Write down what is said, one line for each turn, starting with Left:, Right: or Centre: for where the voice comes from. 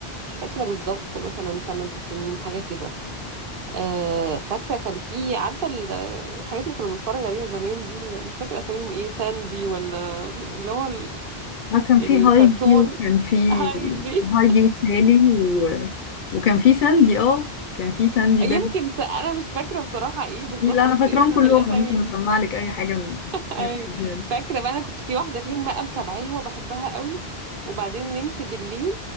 Right: مش فاكرة بالظبط مثلا 8 سنين حاجة كده أه فاكرة كان في عارفة ال- الحاجات اللي كنا بنتفرج عليها زمان دي اللي مش فاكرة اساميهم ايه ساندي ولا اللي هو ال-
Left: اه كان في
Right: الكرتون
Left: هايدي وكان في
Right: هايدي
Left: هايدي وسالي و... وكان في ساندي اه كان في ساندي
Right: يمكن
Left: بنت
Right: س- انا مش فاكرة بصراحة ايه بالظبط
Left: دي. لا انا
Right: بس
Left: فاكراهم
Right: اسم
Left: كلهم
Right: من الاسامي
Left: انا ممكن
Right: دي
Left: اسمع لك اي حاجه من الحاجات
Right: ايوه
Left: القديمة دي.
Right: فاكره بقى انا كنت في واحده فيهم بقى متابعاها وبحبها قوي وبعدين نمت بالليل